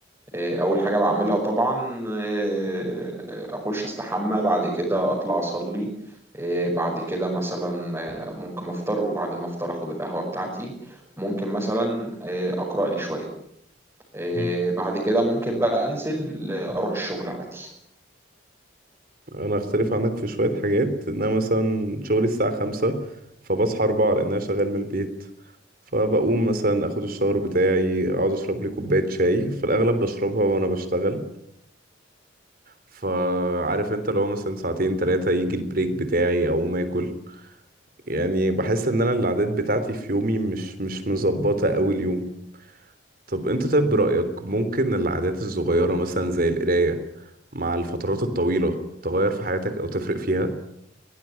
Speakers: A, on the right; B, on the right.
A: آه، اول حاجه بعملها طبعا آه، اخش استحمى بعد كده اطلع اصلي آه، بعد كده مثلا آه، ممكن افطر وبعد ما افطر اخد القهوه بتاعتي ممكن مثلا آه، اقرا لي شويه آه،
B: مم.
A: بعد كده ممكن بقى انزل آه، اروح الشغل عادي
B: انا اختلف عنك في شوية حاجات ان انا مثلا شغلي الساعة خمسة فبصحى اربعة لان انا شغال من البيت فبقوم مثلا اخد الشاور بتاعي اقعد اشرب لي كوباية شاي في الاغلب بشربها وانا بشتغل فعارف انت لو مثلا ساعتين تلاتة يجي البريك بتاعي اقوم اكل يعني بحس ان انا العادات بتاعتي في يومي مش مش مظبطة اوي اليوم طب انت طيب برأيك ممكن العادات الصغيرة مثلا زي القراية مع الفترات الطويلة تغير في حياتك او تفرق فيها؟